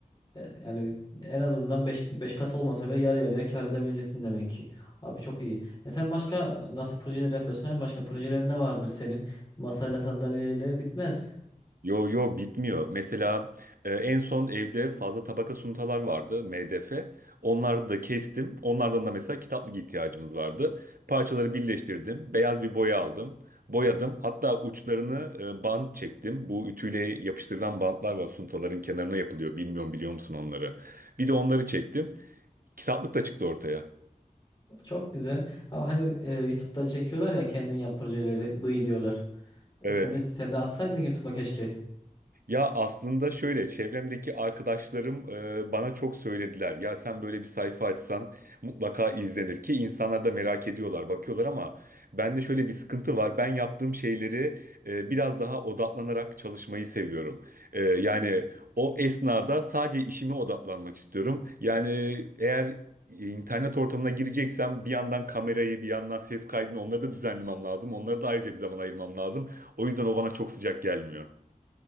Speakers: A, on the left (about 30°); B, on the right (about 85°).
A: e, yani en azından beş beş kat olmasa bile yarı yarıya kar edebileceksin demek ki. Abi çok iyi. E sen başka nasıl projeler yapıyorsun? Hem başka projelerin ne vardır senin? Masayla sandalyeyle bitmez.
B: Yo yo bitmiyor. Mesela e, en son evde fazla tabaka suntalar vardı MDF. Onları da kestim. Onlardan da mesela kitaplık ihtiyacımız vardı. Parçaları birleştirdim. Beyaz bir boya aldım. Boyadım. Hatta uçlarını e, bant çektim. Bu ütüyle yapıştırılan bantlar var suntaların kenarına yapılıyor. Bilmiyorum biliyor musun onları? Bir de onları çektim. Kitaplık da çıktı ortaya.
A: Çok güzel. Ama hani e, YouTube'da çekiyorlar ya kendin yap projeleri dıy diyorlar.
B: Evet.
A: E sen de sen de atsaydın YouTube'a keşke.
B: Ya aslında şöyle çevremdeki arkadaşlarım e, bana çok söylediler. Ya sen böyle bir sayfa açsan mutlaka izlenir ki insanlar da merak ediyorlar, bakıyorlar ama bende şöyle bir sıkıntı var. Ben yaptığım şeyleri e, biraz daha odaklanarak çalışmayı seviyorum. E, yani o esnada sadece işime odaklanmak istiyorum. Yani eğer internet ortamına gireceksem bir yandan kamerayı, bir yandan ses kaydını onları da düzenlemem lazım. Onları da ayrıca bir zaman ayırmam lazım. O yüzden o bana çok sıcak gelmiyor.